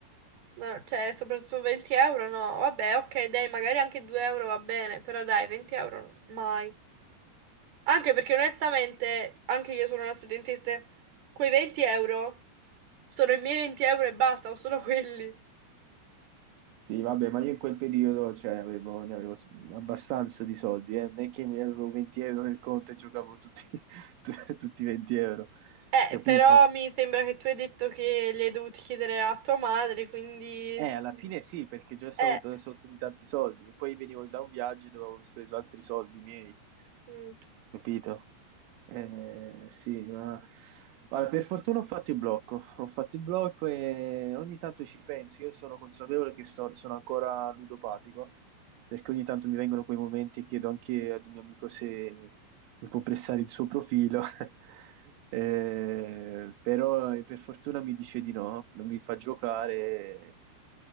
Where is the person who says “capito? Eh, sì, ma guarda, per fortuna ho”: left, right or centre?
Right